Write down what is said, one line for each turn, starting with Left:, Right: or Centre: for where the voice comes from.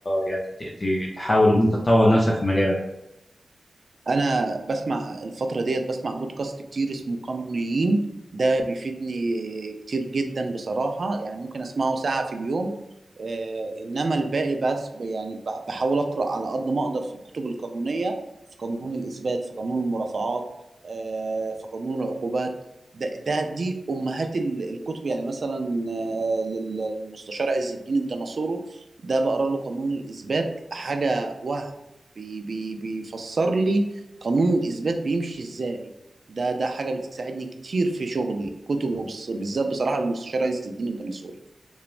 Left: يعني ت- ت- تحاول إن أنت تطور نفسك في مجالك
Right: انا بسمع الفتره ديت بسمع بودكاست كتير اسمه قانونيين ده بيفيدني كتير جدا بصراحه يعني ممكن اسمعه ساعه في اليوم آه، انما الباقي بس ب- يعني ب- بحاول اقرا على قد ما اقدر في الكتب القانونيه في قانون الاثبات في قانون المرافعات آه، في قانون العقوبات ده, ده دي امهات ال- الكتب يعني مثلا آه، لل- للمستشار عز الدين الديناصورو ده بقرا له قانون الاثبات حاجه وهم بي بي بيفسر لي قانون الإثبات بيمشي إزاي ده ده حاجة بتساعدني كتير في شغلي كتب وبس- بالذات بصراحة للمستشار عز الدين الجناصوري